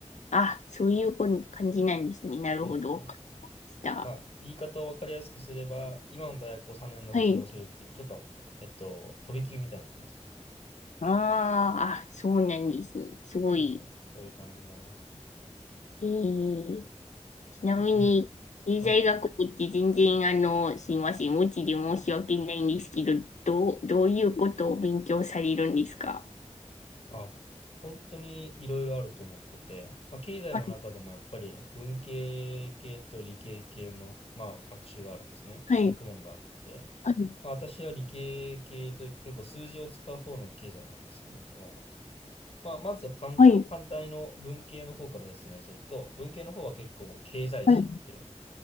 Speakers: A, on the left; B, on the left.
A: あ、そういうこ感じなんですね。なるほど。
B: そうですね。
A: わかりました。
B: まあ、言い方を分かりやすくすれば、今の大学を3年で卒業するっていう、
A: はい。
B: ちょっと、えっと、飛び級みたいなことですね。
A: ああ、あ、そうなんですね。すごい。
B: そうですね。そういう感じになりますね。
A: えー、ちなみに、
B: うん
A: 経済学部って全然、
B: はい
A: あの、すいません。無知で申し訳ないんですけど、どう、どういうことを勉強されるんですか
B: あ、本当にいろいろあると思ってて、まあ、経済の中でもやっぱり文系系と理系系の、
A: はい、
B: まあ、学習があるんですね。
A: は
B: 学問があって、
A: い。
B: まあ、私は理系系というか結構数字を使う方の経済なんですけれども、まあ、まずは反、
A: はい、
B: 反対の文系の方から説明すると、文系の方は結構もう経済史っていう、
A: はい、